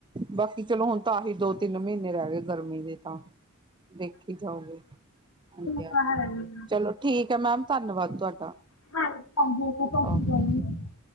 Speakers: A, on the right (about 20°); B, on the left (about 85°).
A: ਬਾਕੀ ਚਲੋ, ਹੁਣ ਤਾਂਹੀ ਦੋ ਤਿੰਨ ਮਹੀਨੇ ਰਹਿ ਗਏ। ਗਰਮੀ ਦੇ ਤਾਂ ਦੇਖੀ ਜਾਓਗੇ। ਹਾਂਜੀ
B: ਉਹ ਤਾਂ
A: ਹ
B: ਹੈ ਹੀ ਆ।
A: ਚਲੋ ਠੀਕ ਏ। ਮੈਮ ਧੰਨਵਾਦ ਤੁਹਾਡਾ
B: ਹਾਂ <unintelligible>
A: ਓਕੇ